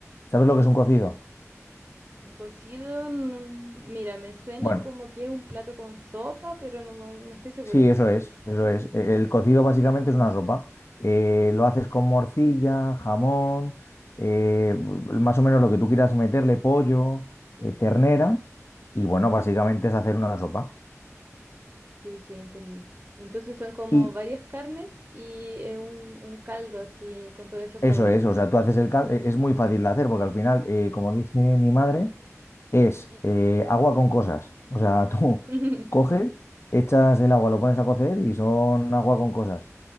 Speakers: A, on the left (about 50°); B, on the right (about 30°).
A: ¿sabes lo que es un cocido?
B: Un cocido, no- mira, me suena
A: Bueno,
B: como que es un plato con sopa, pero no, no estoy segura.
A: Sí, eso es, eso es. E- El cocido básicamente es una sopa. Eh, lo haces con morcilla, jamón, eh, más o menos lo que tú quieras meterle, pollo, eh, ternera, y bueno, básicamente es hacer una sopa.
B: Sí, sí, entendí. Entonces son como
A: Y
B: varias carnes y eh, un, un caldo así con todos esos
A: eso
B: sabores.
A: es, o sea, tú haces el caldo, es muy fácil de hacer porque al final, eh, como dice mi madre, es
B: Mm.
A: eh, agua con cosas. O sea, <laughs> tú
B: <laughs>
A: coges, echas el agua, lo pones a cocer y son agua con cosas.